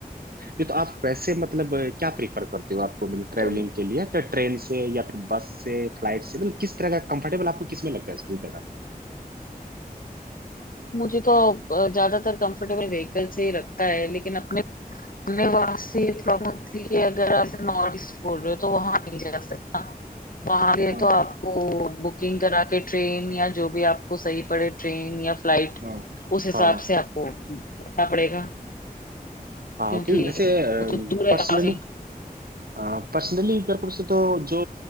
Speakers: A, on the right (about 75°); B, on the left (about 60°).
A: ये तो आप वैसे मतलब अ, क्या प्रीफर करते हो आपको मतलब ट्रेवलिंग
B: तो
A: के लिए फिर ट्रेन से या फिर बस से फ्लाइट से मतलब किस तरह का कंफर्टेबल आपको किस में लगता है सबसे ज्यादा
B: मुझे तो अ, ज्यादातर कंफर्टेबल व्हीकल से ही लगता है लेकिन अपने अपने वहां से प्रॉब्लम होती है कि अगर आप नॉर्थ ईस्ट बोल रहे हो तो वहां नहीं जा सकता वहां के लिए
A: हाँ
B: तो आपको बुकिंग करा के ट्रेन या जो भी आपको सही पड़े ट्रेन या फ्लाइट
A: हाँ
B: उस हिसाब
A: हाँ
B: से आपको करना पड़ेगा
A: हाँ
B: क्योंकि
A: क्योंकि वैसे
B: वो तो दूर है
A: पर्सनली
B: काफी
A: पर्सनली मेरे को वैसे तो जो